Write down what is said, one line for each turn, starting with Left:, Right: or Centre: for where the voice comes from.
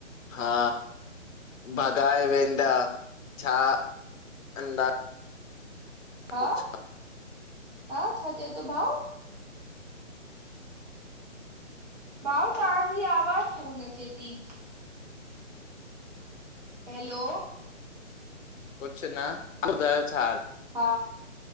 Left: हा बगाए वेंदा छा <unintelligible>
Right: हा
Left: कुछ
Right: <inaudible> हा छा चए थो भाऊ भाऊ तव्हांजी आवाज कोन अचे थी हैलो
Left: कुझ न <unintelligible> ॿुधायो छा हाल
Right: हा